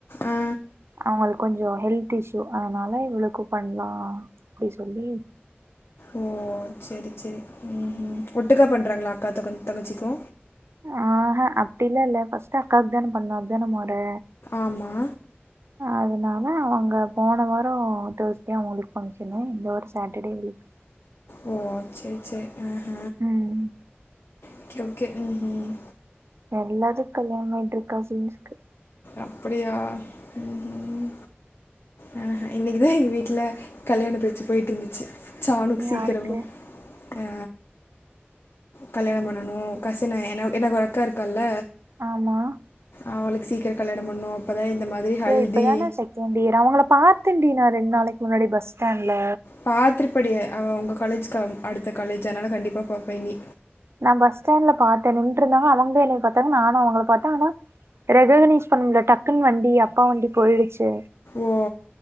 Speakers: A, on the left (about 70°); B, on the right (about 80°).
A: ஆ
B: அவங்களுக்கு கொஞ்சொ ஹெல்த் இஷ்யூ அதனால இவளுக்கூ பண்லா அப்டி சொல்லி
A: ஓ செரி செரி ம் ஒட்டுக்கா பண்றாங்களா அக்கா த தங்கச்சிக்கூ
B: ஆஹ அப்டிலா இல்ல ஃபஸ்ட் அக்காவுக்கு தான பண்ணு அத்தான மொற
A: ஆமா
B: அதனா ஆனா அங்க போன வாரோ தேர்ஸ்டே அவுங்களுக்கு ஃபங்க்ஷனு இந்த வார சேட்டர்டே இவ்ளுக்கு
A: ஓ செரி செரி ஆஹ
B: ம்
A: ஒகே ஒகே ம் ம்
B: எல்லாத்துக் கல்யாண ஆயிட்ருக்கா சீன்ஸ்க்கு
A: அப்படியா ம் ஹும் ஆ இன்னிக்குதா எங்க வீட்டுல கல்யாண பேச்சு போயிட்ருந்துச்சு சாணுக்கு
B: யாருக்கு
A: சீக்கிரமா ஆ கல்யாணம் பண்ணனு கசின என எனக்கு ஒரு அக்கா இருக்கால்ல
B: ஆமா
A: அவளுக்கு சீக்கரோ கல்யாணம் பண்ணும் அப்பதா இந்த மாதிரி ஹல்தி
B: ஏ இப்பதான செகண்ட் இயர் அவங்கள பாத்தேன்டி நா ரெண்டு நாளைக்கு முன்னாடி பஸ் ஸ்டாண்ட்ல
A: பாத்திருப்படி அவ உங்க காலேஜிக்கு அடுத்த காலேஜ் அதனால கண்டிப்பா பாப்ப நீ
B: நா பஸ் ஸ்டாண்ட்ல பாத்தே நின்ட்ருந்தாங்க அவங்க என்னைய பாத்தாங்க நானு அவுங்கள பாத்தே ஆனா ரெககனைஸ் பண்ணுமுல்ல டக்குன் வண்டி அப்பா வண்டி போயிடுச்சு
A: ஓ